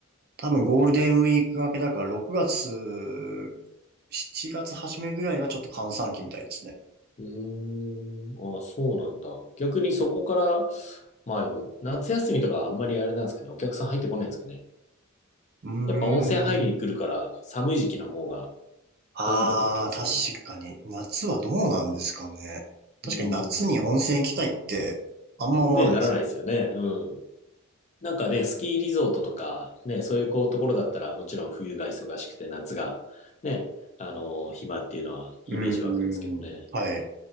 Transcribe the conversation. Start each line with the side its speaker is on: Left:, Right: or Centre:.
Right: 多分ゴールデンウィーク明けだから6月、7月初めぐらいがちょっと閑散期みたいですね。
Left: うーん。あ、そうなんだ。逆にそこから、まあでも、夏休みとかあんまりあれなんですかね。お客さん入ってこないんですかね。
Right: うーん。
Left: やっぱ温泉入りに来るから寒い時期の方が
Right: ああ、
Left: 多いのか、お客さんは。
Right: 確かに。夏はどうなんですかね。確かに夏に温泉行きたいってあんま思わないですよ。
Left: うーん。ね、ならないですよね。うん。なんかね、スキーリゾートとか、ね、そういうこうところだったら、もちろん冬が忙しくて夏が、ね、あの、暇っていうのはイメージ湧くんですけどね。
Right: うーん。はい。